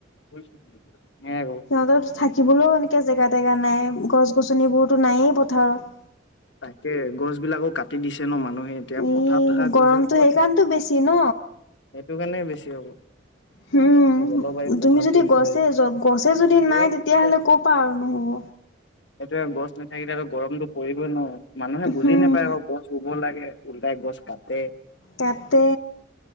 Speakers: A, on the left; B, on the left.
A: বুজিছো সেয়াই ক
B: সিহঁতৰ থাকিবলৈও এনেকে জেগা-তেগা নাই। গছ- গছনিবোৰতো নাইয়েই পথাৰত।
A: তাকে, গছ বিলাকো কাটি দিছে ন' মানুহে। এতিয়া, পথাৰত
B: এই
A: থকা
B: গৰমটো
A: গছ এজোপা
B: সেইকাৰণতো বেছি ন'?
A: এইটো কাৰণেই বেছি হ'ব।
B: হোঁ!
A: জলবায়ুৰ প্ৰভাৱটো
B: তুমি যদি
A: পৰে
B: গছে, গছে যদি
A: বহুত
B: নাই, তেতিয়াহ'লে
A: বুজি
B: ক'ৰপা আৰম্ভ হ'ব?
A: সেইটোৱে, গছ নাথাকিলেতো, গৰমটো পৰিবই ন'। মানুহে বুজি
B: হুম
A: নাপায় আকৌ, গছ ৰোব লাগে, ওল্টাই গছ কাটে।
B: কাটে।